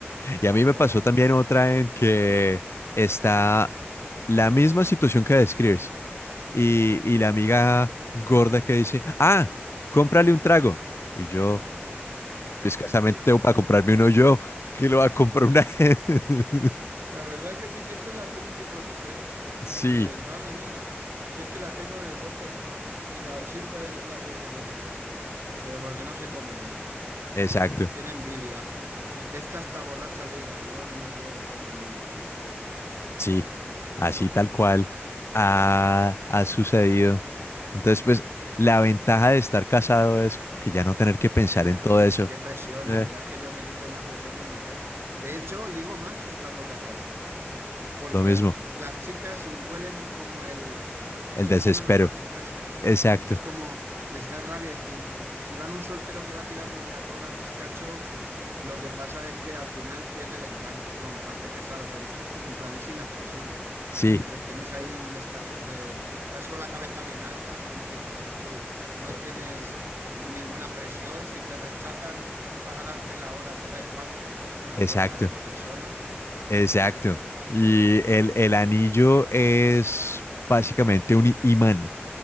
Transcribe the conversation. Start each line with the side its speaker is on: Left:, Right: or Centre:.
Left: Y a mí
Right: ¿sabes?
Left: me pasó también otra en que está la misma situación que describes. Y, y la amiga gorda que dice, ah, cómprale un trago. Y yo, "Pues, escasamente tengo para comprarme uno yo, que lo va a comprar una... <laughs>
Right: La verdad que sí, siempre la tienen que proteger.
Left: Sí,
Right: Y dices, madre mía, si es que la tengo en el bote. Y la, siempre la tienen que proteger, pero porque no se come nada. Ella.
Left: exacto.
Right: Tiene envidia. Y dice, esta está borracha liga, y yo no veo como ni un colín. <laughs>
Left: Sí, así tal cual ha, ha sucedido. Entonces, pues, la ventaja de estar casado es como que ya no tener que pensar
Right: Ya
Left: en todo
Right: no tienes
Left: eso.
Right: qué presión,
Left: Eh,
Right: la verdad es que yo me quité una presión que no veas. De hecho, ligo más estando casado, porque
Left: Lo mismo,
Right: las chicas huelen como el,
Left: el
Right: este
Left: desespero.
Right: no nos va a hacer caso.
Left: Exacto,
Right: Es como les da rabia decir, si van un soltero que va tirándole a todas, cacho, lo que pasa es que al final pierde el encanto. Es como en plan, qué pesado, pero este es como en plan, es inaccesible.
Left: sí,
Right: ¿Sabes? Tienes ahí un estatus de, vas con la cabeza bien alta, como diciendo, sí, no
Left: e-
Right: tienes ninguna presión, si te rechazan para darte la hora, te da igual, te, te la
Left: exacto,
Right: puede dar otra persona.
Left: exacto. Y el, el anillo es básicamente un imán